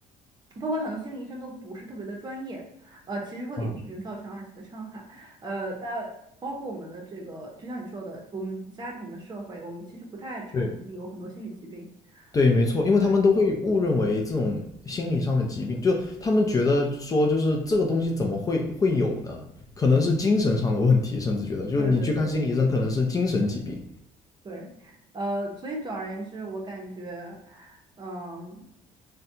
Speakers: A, on the right; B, on the left.
A: 包括很多心理医生都不是特别的专业，呃，其实会给病人造成二次的伤害，
B: 啊，
A: 呃，但包括我们的这个，就像你说的，我们家庭、我们的社会，我们其实不太承认你有很多心理疾病。
B: 对，对，没错，因为他们都会误认为这种心理上的疾病，
A: 对，
B: 就他们觉得说，就是这个东西怎么会会有呢？可能是精神上的问题，甚至觉得，就是你去看心理医生，
A: 对对对
B: 可能是精神疾病。
A: 对，呃，所以总而言之，我感觉，嗯、